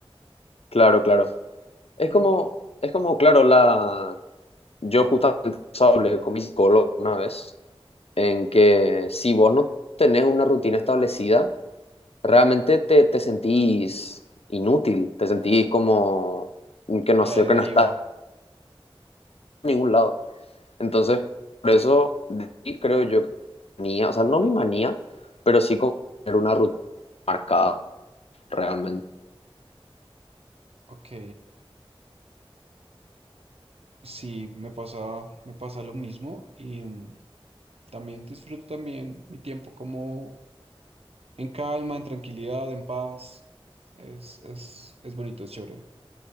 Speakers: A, on the left; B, on the right.
A: Claro, claro. Es
B: ujú,
A: como, es como, claro, la, yo justamente hablé con mi psicólogo una vez en que si vos no tenés una rutina establecida, realmente te, te sentís inútil, te sentís como que no
B: a
A: sé,
B: la
A: que
B: deriva.
A: no estás en ningún lado. Entonces, por eso de ahí creo yo que manía, o sea, no mi manía, pero sí como tener una rutina marcada realmente.
B: Ok. Sí, me pasa, me pasa lo mismo y mm, también disfruto también mi tiempo como en calma, en tranquilidad, en paz. Es, es, es bonito, es chévere.